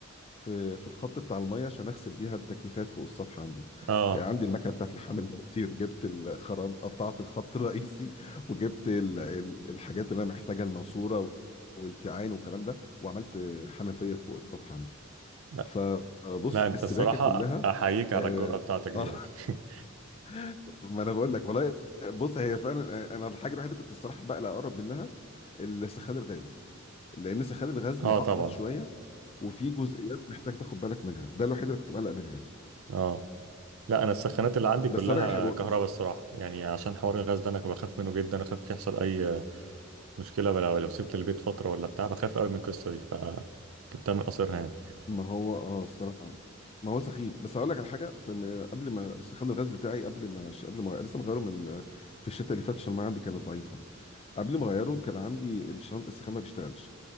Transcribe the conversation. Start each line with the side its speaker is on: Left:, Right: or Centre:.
Left: في في الخط بتاع الميه عشان اغسل بيها التكييفات فوق السطح عندي
Right: اه
Left: يعني عندي المكنه بتاعت لحام المواتير جبت الخراب قطعت الخط الرئيسي وجبت ال... ال- الحاجات اللي انا محتاجها الماسوره والكيعان والكلام ده وعملت حنفيه فوق السطح عندي
Right: لا
Left: فبص
Right: لا انت
Left: السباكه
Right: الصراحه
Left: كلها
Right: احييك على
Left: اه
Right: الجرأه بتاعتك دي
Left: آه،
Right: يعني <laughs>
Left: <laughs> ما انا بقول لك والله بص هي فعلا انا الحاجه الوحيده كنت الصراحه بقلق اقرب منها السخان الغاز لان سخان الغاز
Right: اه
Left: معقد
Right: طبعا
Left: شويه وفي جزئيات محتاج تاخد بالك منها ده الوحيد اللي كنت مقلق منها يعني
Right: اه لا انا السخانات اللي عندي كلها
Left: بس اقول لك على حاجه
Right: كهرباء الصراحه يعني عشان حوار الغاز ده انا بخاف منه جدا اخاف يحصل اي مشكلة لو لو سبت البيت فترة ولا بتاع بخاف قوي من القصة دي فجبتها من قصرها يعني
Left: ما هو اه الصراحه ما هو سخيف بس اقول لك على حاجه في م- قبل ما بس خان الغاز بتاعي قبل ما ش- قبل ما لسه مغيره من في الشتاء اللي فات عشان ما عندي كانت ضعيفه قبل ما اغيره كان عندي الشان السخان ما بيشتغلش